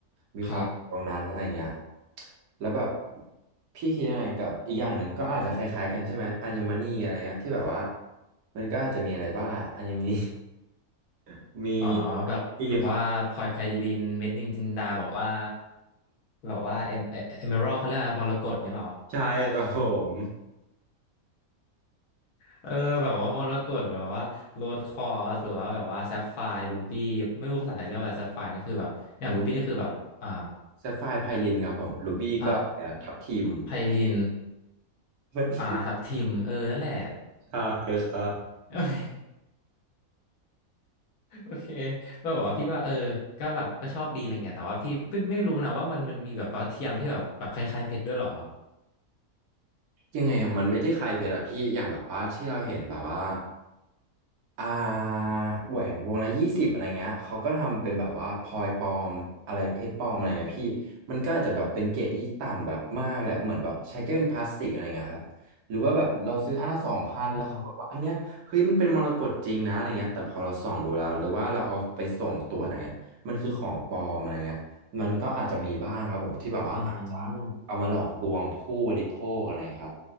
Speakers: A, on the right; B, on the left.
A: มีความตรงนั้นอะไรเงี้ย
B: ครับ
A: แล้วแบบพี่คิดยังไงกับอีกอย่างหนึ่งก็อาจจะคล้ายๆกันใช่ไหมอัญมณีอะไรเงี้ยที่แบบว่ามันก็อาจจะมีอะไรบ้างอัญ <laughs> มณี <laughs> มี
B: อ๋อแบบแบบว่าพลอยไพลินเม็ดนินจินดาแบบว่า
A: ครีม
B: แบบว่าเอมเอเอเมอรัลเขาเรียกอะไรมรกตเงี้ยเหรอ
A: ใช่ครับผม
B: เออแบบว่ามรกตหรือว่าโรสคอร์สหรือว่าแบบว่าแซฟไฟร์รูบี้ไม่รู้ภาษาไทยเรียกว่าอะไรแซฟไฟร์นี่คือแบบอย่างรูบี้นี่คือแบบอ่า
A: แซฟไฟร์ไพลินครับผมรูบี้ก็อะไรอะทับทิม
B: อ่าไพลิน
A: <laughs>
B: อ่าทับทิมเออนั่นแหละ
A: ใช่ครับ
B: <laughs> โอเคโอเคก็แบบว่าพี่ก็ว่าเออก็แบบก็ชอบดีอะไรเงี้ยแต่ว่าพี่ไม่ไม่รู้นะว่ามันมันมีแบบว่าเทียมที่แบบแบบคล้ายๆเพชรด้วยเหรอ
A: ยังไงอะมันไม่ได้คลายเพชรอะพี่อย่างแบบว่าที่เราเห็นแบบว่า อ่าแหวนวงละยี่สิบอะไรเงี้ยเขาก็ทำเป็นแบบว่าพลอยปลอมอะไรเพชรปลอมอะไรเงี้ยพี่มันก็อาจจะแบบเป็นเกรดที่ต่ำแบบมากเลยอะเหมือนแบบใช้แค่เป็นพลาสติกอะไรเงี้ยครับหรือว่าแบบเราซื้ออันละสองพันแล้วเขาบอกว่าอันเนี้ยเฮ้ยมันเป็นมรกตจริงนะอะไรเงี้ยแต่พอเราส่องดูแล้วหรือว่าเราเอาไปส่งตัวจอะไรเงี้ยมันคือของปลอมอะไรเงี้ยมันก็อาจจะมีบ้างครับผมที่แบบว่าอาจจะ
B: อ๋ออืม
A: เอามาหลอกลวงผู้บริโภคอะไรครับ